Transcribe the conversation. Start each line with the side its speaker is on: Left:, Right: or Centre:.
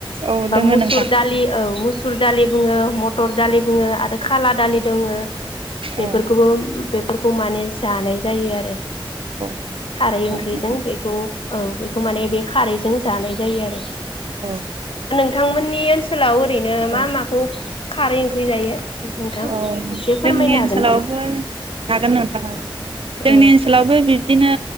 Right: औ
Left: बा
Right: दोङो
Left: मुसुर
Right: नोंथां
Left: दालि औ मुसु सुर दालि बुङो मत- टर दालि बुङो आरो खाला दालि दङो बेफोरखौबो
Right: औ
Left: बेफोरखौ माने जानाय जायो आरो
Right: औ
Left: खारै
Right: नंगौ
Left: ओंख्रिजों
Right: नोंथां
Left: बेखौ औ बेखौ माने बे खारैजों जानाय जायो आरो
Right: औ
Left: थांमोननि ओनसो सोलाव ओरैनो
Right: औ
Left: मा माखौ खारै ओंख्रि जायो नोंथां
Right: अ
Left: एसे फोरमायनो
Right: जोंनि ओनसोलावबो
Left: हागोन नामा
Right: हागोन नोंथां हागोन
Left: औ
Right: जोंनि ओनसोलावबो बि बिनो